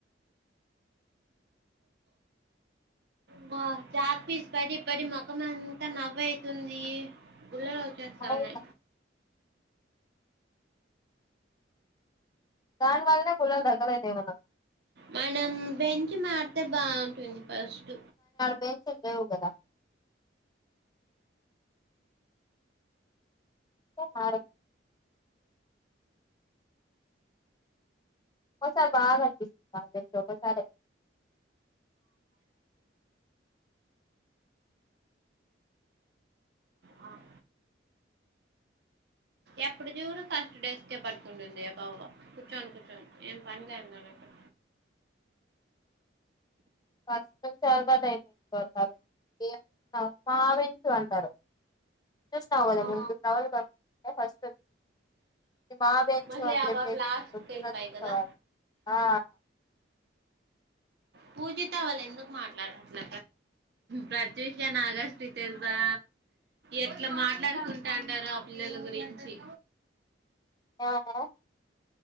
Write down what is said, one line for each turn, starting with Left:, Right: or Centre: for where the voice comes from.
Right: మా చాక్ పీస్ పడి పడి మొఖం అంతా నవ్ అయితుంది గుల్లలవుతది సామీ
Left: అవునా దాని వాళ్ళనే గుల్లల లెక్కలైతాయి మనకు
Right: మనం బెంచి మారితే బాగుంటుంది ఫస్ట్
Left: బెంచీలు లేవు కదా ఉంటే మారొచ్చు ఒకసారి బాగా అనిపిస్తుంది ఒక్కోసారే
Right: మ్మ్. ఎప్పుడు చూడు ఫస్ట్ డెస్క్ ఏ పట్టుకుంటుంది ఆ పాప కూర్చొని కూర్చొని ఏం పని లేని దానట్టు
Left: ఫస్ట్ నుంచి అలవాటైపోయింది నాకు అ ఏం మా బెంచ్ అంటారు చూసినావు కదా
Right: ఆ,
Left: ముందు వచ్చినోళ్లు కాకుండా ఫస్ట్ ఇది మా బెంచు
Right: మళ్ళీ
Left: అని
Right: ఆ
Left: చెప్పేసి
Right: పాప లాస్ట్కి వెళ్ళిపోయి
Left: ప్రత్యూష
Right: కదా
Left: వాళ్లు ఆ
Right: పూజిత వాళ్ళు ఎందుకు మాట్లాడట్ల ప్రత్యూష నాగస్స్టి తెలుసా ఎట్ల మాట్లాడుకుంటుంటారో ఆ పిల్లల గురించి
Left: ఆహా